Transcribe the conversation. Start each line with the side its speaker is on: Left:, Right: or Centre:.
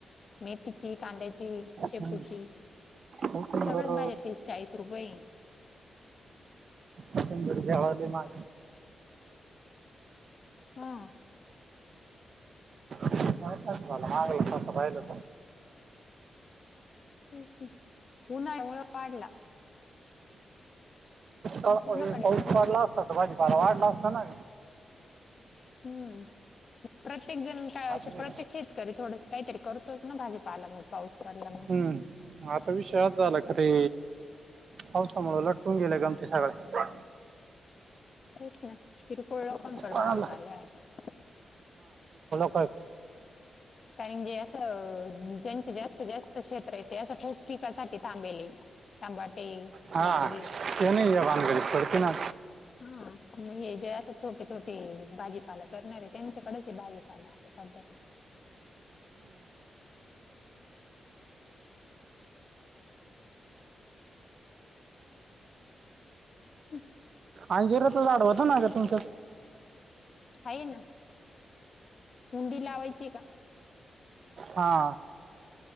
Left: मेथीची कांद्याची शेपूची
Right: हम्म
Left: सगळच
Right: कोथिंबीर
Left: भाजी तीस चाळीस रुपये
Right: ह मा
Left: हम्
Right: ह हा एक समान
Left: उन्ह आहे उन्ह उन्हाळा वाढला
Right: पाऊस
Left: कोणाकडे एवढं भाजी
Right: पडला असता भाजीपाला वाढला असता ना
Left: हम्म प्रत्येक जण काय
Right: हे-
Left: प्रत्येक शेतकरी थोड काहीतरी करतोच ना भाजी पाला मग पाऊस पडला मग
Right: हम्म आता विश्वाात झाला का ते पाऊसामुळ लटकून गेले गमती सगळे
Left: वीस न किरकोळ कोण कर
Right: कोणाला?
Left: भाजी पाल्या आता
Right: फ
Left: कारण जे असं ज्यांचे जास्तीत जास्त क्षेत्र आहे ते असं ठोक पिकासाठी थांबेले य टमाटे
Right: हा
Left: वांगी
Right: ते नाही या भानगडीत
Left: अशी
Right: पडते ना
Left: मग हे जे असे छोटे छोटे भाजी पाल करणार आहे त्यांच्याकडे हे भा जीपाला अस सध्या क.
Right: अंजेरा तर झाढवत ना का तुमचं?
Left: हाय ना मुुंडी लावायची का?
Right: हा.